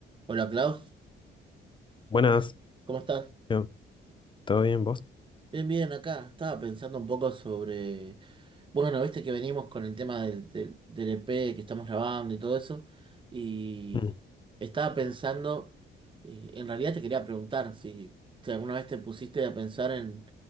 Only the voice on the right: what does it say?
Hola Klaus,
¿cómo estás?
Bien, bien, acá. Estaba pensando un poco sobre... Bueno, viste que venimos con el tema del, del, del EP que estamos grabando y todo eso. Y
estaba pensando, eh, en realidad te quería preguntar si, si alguna vez te pusiste a pensar en,